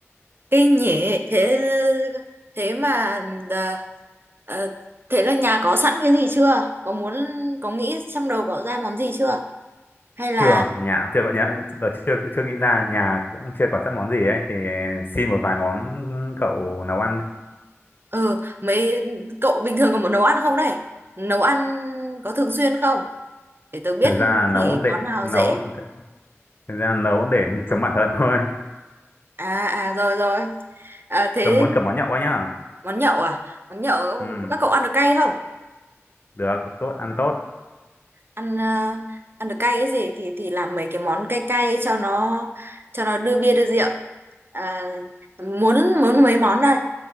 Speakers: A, on the right; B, on the left.
A: kinh nhỉ thế thế mà à, à, thế là nhà có sẵn cái gì chưa có muốn có nghĩ trong đầu cậu ra món gì chưa hay là
B: chưa nhà chưa có nhớ đợt chưa chưa nghĩ ra nhà cũng chưa có sẵn món gì ấy thì xin một vài món cậu nấu ăn
A: ờ mấy cậu bình thường có muốn nấu ăn không đây nấu ăn có thường xuyên không để tớ biết
B: thực ra nấu
A: chỉ
B: để
A: món nào
B: nấu
A: dễ
B: thực ra nấu để sống bản thân <laughs> thôi
A: à à rồi rồi à, thế
B: tôi muốn cả món nhậu ấy nhá
A: món nhậu à món nhậu
B: ừ,
A: các cậu ăn được cay không
B: được tốt ăn tốt
A: ăn ờ, ăn được cay cái gì thì thì làm mấy cái món cay cay cho nó cho nó đưa bia đưa rượu à, muốn muốn mấy món đây